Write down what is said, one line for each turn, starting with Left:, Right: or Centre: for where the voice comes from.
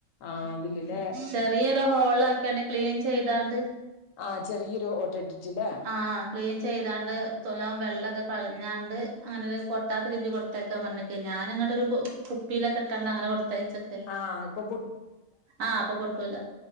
Left: ആഹ് ഇതില് ല്ലേ
Right: ചെറിയൊരു ഹോൾ ആക്കിയാണ്ട് ക്ലീൻ ചെയ്താണ്ട്
Left: ആഹ് ചെറിയൊരു ഓട്ട ഇട്ടിട്ട്ല്ലേ
Right: ആഹ് ക്ലീൻ ചെയ്താണ്ട് തൊനോം വെള്ളൊക്കെ കളഞ്ഞാണ്ട് അങ്ങനൊരു പോട്ടാത്ത രീതി കൊടുത്തയക്കാൻ പറഞ്ഞെക്കേ ഞാനിങ്ങട്ടൊരു പു കുപ്പയിലൊക്കെ ഇട്ടാണ്ട് അങ്ങനെ കൊടുത്തയച്ച്ക്ക
Left: ആഹ് ഇപ്പൊ
Right: ആഹ് അപ്പൊ പൊട്ടൂല.